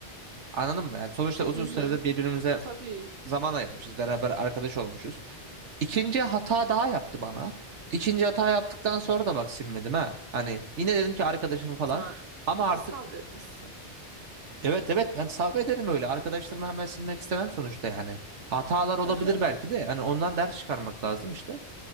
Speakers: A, on the right; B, on the right.
A: Anladın mı? Yani sonuçta uzun
B: hı, hı.
A: süredir birbirimize
B: Tabii
A: zaman ayırmışız. Beraber arkadaş olmuşuz. İkinci hata daha yaptı bana. İkinci hata yaptıktan sonra da bak silmedim ha. Hani yine dedim ki arkadaşım falan.
B: sen
A: Ama
B: iyi
A: artık
B: sabretmişsin.
A: evet evet ben sabrederim öyle. Arkadaşlarımı hemen silmek istemem sonuçta yani. Hatalar olabilir
B: Hı hı.
A: belki de. Hani ondan ders çıkarmak lazım işte.